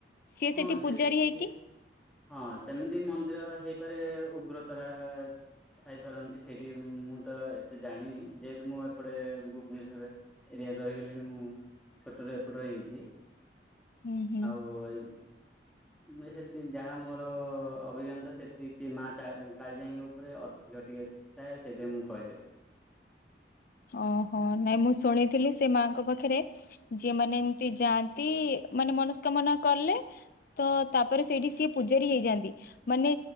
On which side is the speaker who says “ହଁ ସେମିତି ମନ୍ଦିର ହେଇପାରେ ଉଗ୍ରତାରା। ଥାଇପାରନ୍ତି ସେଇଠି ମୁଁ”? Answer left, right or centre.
Centre